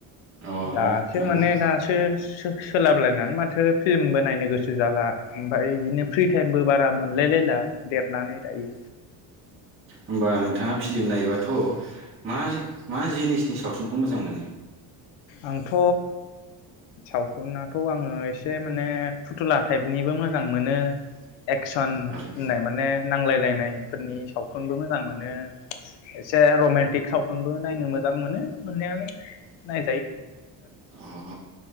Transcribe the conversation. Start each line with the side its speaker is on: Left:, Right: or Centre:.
Right: अ
Left: दासो
Right: नंगौ
Left: माने दासो सोलाबलायनानै माथो फिल्मबो नायनो नो गोसो जाला ओमफाय बिदिनो फ्रि टाइमबो बारा मोन मोनलायलायला देरनानै दायो।
Right: होमबा नोंथांङा फिलिम नायोबाथ' मा मा जिनिसनि सावथुनखौ मोजां मोनो?
Left: आंथ' सावथनाथ' आंङो एसे माने फुथुला टाइपनिबो मोजां मोनो। एकसन
Right: आरो
Left: होननाय माने नांलायलायनायफोरनि सावथुनबो मोजां मोनो एसे रमान्टिक सावथुनबो नायनो मोजां मोनो मोननायालाय। नाय
Right: अह